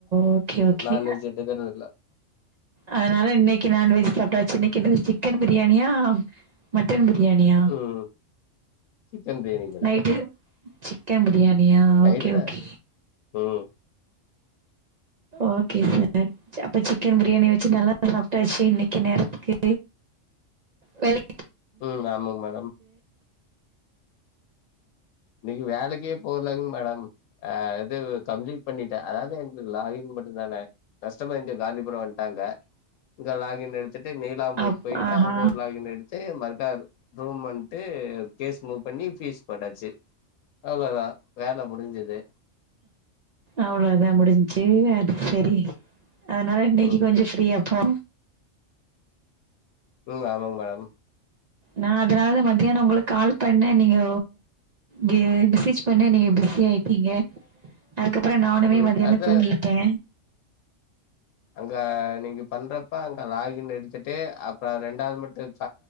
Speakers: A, on the right; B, on the left.
A: ஓகே ஓகே
B: நான்வெஜ் எடுக்கறது இல்ல
A: அதனால இன்னைக்கு நான்வெஜ் சாப்டாச்சு இன்னைக்கு என்னது சிக் கன் பிரியாணியா மட்டன் பிரயாணியா
B: ம் chicken biryani madam
A: night chicken பிரியாணியா
B: நைட்டுதா
A: ஓகே ஓகே
B: ம்
A: ஓகே சார் ச அப்ப சிக்கன்பிரியாணி வச்சு நல்லா சாப்டாச்சு இன்னைக்கு நேரத்துக்கு வேலைக்
B: ம் ஆமாங்க மேடம் இன்னைக்கு வேலைக்கே போலங் மேடம் ஆ எது கம்ப்ளீட் பண்ணிட்டே அதாவதுங் லாஹின் மட்டுந்தான கஷ்டமாந்து காந்திபுர வண் லாங்க இங்க லாகின் எடுத்துட்டு நீலாம்பூர்
A: அப்
B: போய்ட்டு
A: ஆஹா
B: அங்க ஒரு லாகின் எடுத் மருக்கா ரூம் வண்ட்டு கேஸ் மூவ் பண்ணி பீஸ் போட்டாச்சு அவ்வளோதா வேல முடிஞ்சது
A: அவ்வளோ தா முடிஞ்ச்சு அது சரி அதனால இன்னைக்கு
B: ம்
A: கொஞ்ச ஃப்ரீயாப்போ
B: ம் ஆமாங்க மேடம்
A: நா அதனாலதா மதியான உங்களுக் கால் பண்ணே நீங்க மெ மெசேஜ் பண்ண நீங்க பிஸி ஆயிட்டீங்க அதுக்கப்புற நானுமே
B: ம்
A: மதியான
B: அதா
A: தூங்கிட்டே
B: அங்க நீங்க பண்றப்ப அங்க லாக் இன் எடுத்துட் ட்டு அப்ற ரெண்டாவது மட்டு